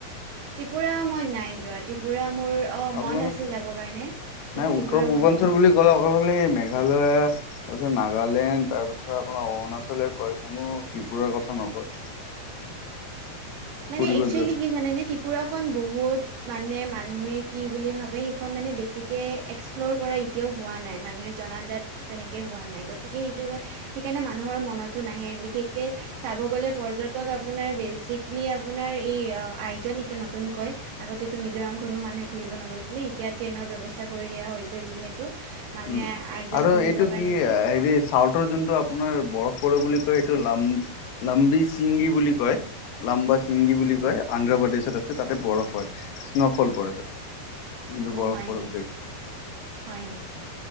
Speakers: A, on the right (about 75°); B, on the left (about 70°).
A: ত্ৰিপুৰা মই নাই যোৱাত। ত্ৰিপুৰা মোৰ অ
B: আপোনালোক
A: মন আছে যাবৰ কাৰণে, কিন্তু
B: নাই
A: ত্ৰিপুৰা
B: উত্তৰ
A: মই যোৱা নাই।
B: <unintelligible> মেঘালয়, তাৰপিছত নাগালেণ্ড, তাৰপিছত আপোনাৰ অৰুণাচল। কয়, কোনো ত্ৰিপুৰাৰ কথা নকয়।
A: মানে
B: ফুৰিব
A: একচুৱেলি
B: যোৱা
A: কি জানেনে? ত্ৰিপুৰাখন বহুত মানে, মানুহে কি বুলি ভাবে সেইখন মানে বেছিকে এক্সপ্ল'ৰ কৰা এতিয়াও হোৱা নাই। মানুহে জনাজাত তেনেকে হোৱা নাই, গতিকে সেইটো কাৰ সেইকাৰণে মানুহৰ মনতো নাহে, বিশেষকে চাব গলে পৰ্যটক আপোনাৰ বেছিক খিনি আপোনাৰ এই আইজল এতিয়া নতুনকৈ আগতেটো মিজোৰামখনো মানুহে ঘূৰিব নগৈছিলে, এতিয়া ট্ৰেইনৰ ব্যৱস্থা কৰি দিয়া হৈছে। যিহেতু, মানুহে
B: উম
A: আইজল
B: আৰু
A: ঘুৰিবৰ
B: এইটো
A: কাৰণে
B: কি
A: যায়।
B: হেৰি চাউথৰ যোনটো আপোনাৰ বৰফ পৰে বুলি কয় এইটো লাম-লাম্বি-ছিংগি বুলি কয়। লাম্বা-ছিংগি বুলি কয়, অন্ধ্ৰপ্ৰদেশত আছে। তাতে বৰফ হয়, স্ন'ফল পৰে তাতে। দিনতো
A: অ
B: বৰফ
A: হয়
B: পৰক
A: নেকি
B: দে
A: হয় নেকি